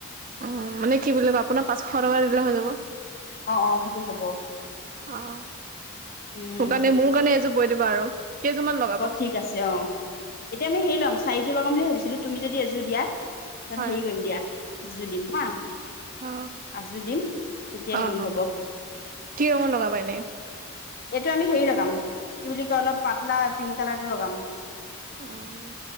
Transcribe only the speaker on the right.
উম, মানে কি বুলি কয় আপোনাক পাঁচশ টকা দিলে হৈ যাব।
অ', মোৰ
কাৰণে, মোৰ কাৰণে এইযোৰ বৈ দিবা আৰু, কেইযোৰমান লগাব?
হয়
অ
অ অ
কি ৰঙৰ লগাবা এনেই
উম,